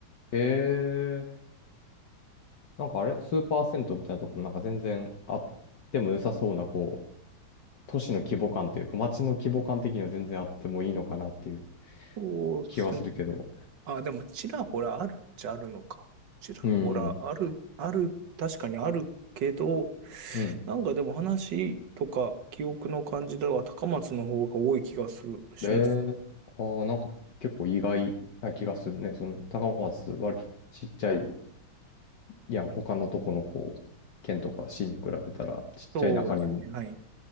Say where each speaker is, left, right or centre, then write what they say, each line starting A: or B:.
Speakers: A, on the left (about 60°); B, on the right (about 60°).
A: ええなんかあれ、スーパー銭湯みたいなとこもなんか全然あっても良さそうな、こう、都市の規模感というか、街の規模感的には全然あってもいいのかなっていう
B: そうですね。
A: 気はするけど。
B: あ、でも、ちらほらあるっちゃあるのか。ちらほらある、
A: うん、うん。
B: ある、確かにあるけど、
A: うん
B: なんかでも話とか記憶の感じでは高松の方が多い気がする、しますね
A: ええああー、なんか結構意外な気がするね。その、高松、割とちっちゃい。いや、他のとこのこう、県とか市に比べたらちっちゃい中にも。
B: そうですね。はい。